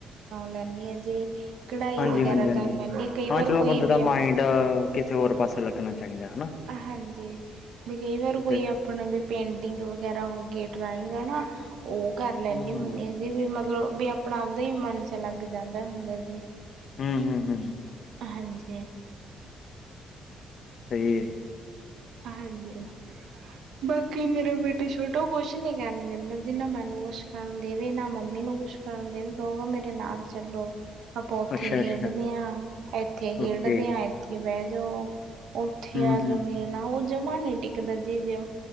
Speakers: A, on the right; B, on the left.
A: ਲੈਦੇ ਹਾਂ ਜੇ ਕਢਾਈ
B: ਹਾਂਜੀ
A: ਵਗੈਰਾ
B: ਹਾਂਜੀ ਹਾਂਜੀ।
A: ਕਰ ਲੈਂਦੇ ਹ ਕਈ ਵਾਰ
B: ਹਾਂ ਚਲੋ
A: ਕੋਈ
B: ਬੰਦੇ
A: ਵੀ
B: ਦਾ ਮਾਇੰਡ ਕਿਸੇ ਹੋਰ ਪਾਸੇ ਲੱਗਣਾ ਚਾਹੀਦਾ ਹਨਾ
A: ਹਾਂਜੀ ਵੀ ਕਈ ਵਾਰ
B: ਕਿਸੇ
A: ਕੋਈ ਆਪਣਾ ਵੀ ਪੇਂਟਿੰਗ ਵਗੈਰਾ ਹੋ ਗੀ ਡਰਾਇੰਗ ਨਾ ਉਹ ਕਰ
B: ਹੂੰ
A: ਲੈਂਦੀ
B: ਹੂੰ
A: ਹੁੰਦੀ
B: ਹੂੰ
A: ਅਸੀਂ ਵੀ ਮਤਲਬ ਵੀ ਆਪਣਾ ਆਪ ਦਾ ਹੀ ਮਨ ਚ ਲਲੱਗ ਜਾਂਦਾ ਹੁੰਦਾ ਜੀ
B: ਹਮ ਹਮ ਹਮ
A: ਹਾਂਜੀ
B: ਸਹੀ ਹੈ
A: ਹਾਂਜੀ ਬਾਕੀ ਮੇਰੇ ਬੇਟੇ ਛੋਟਾ ਕੁਛ ਨੀ ਕਰਨ ਦਿੰਦਾ ਜਿੰਨਾ ਮੈਨੂੰ ਕੁਛ ਕਰਨ ਦੇਵੇ ਨਾ ਮੰਮੀ ਨੂੰ ਕੁਛ ਕਰਨ ਦੇ ਵੀ ਕਹੂਗਾ ਮੇਰੇ ਨਾਲ ਚੱਲੋ ਆਪਾਂ ਉੱਥੇ
B: ਅੱਛਾ
A: ਖੇਡਦੇ
B: ਅੱਛਾ
A: ਹਾਂ ਇੱਥੇ ਖੇਡਦੇ
B: ਓਕੇ
A: ਹਾਂ ਇੱਥੇ ਬਹਿ ਜਾਓ ਉੱਥੇ
B: ਹੂੰ
A: ਆ ਜੋ
B: ਹੂੰ
A: ਮੇਰੇ ਨ ਉਹ ਜਮਾ ਨਹੀਂ ਟਿਕਦਾ ਜੇ ਜੇ